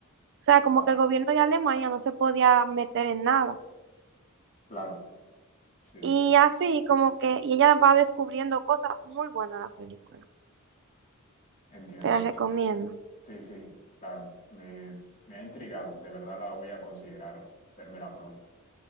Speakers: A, on the right (about 55°); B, on the left (about 35°).
A: O sea, como
B: claro
A: que el gobierno de Alemania no se podía meter en nada.
B: claro, sí,
A: Y
B: sí,
A: así como que y ella va descubriendo cosas muy buenas en la película.
B: entiendo.
A: Te las recomiendo.
B: Sí, sí, claro, me, me ha intrigado, de verdad la voy a considerar, vérmela pronto.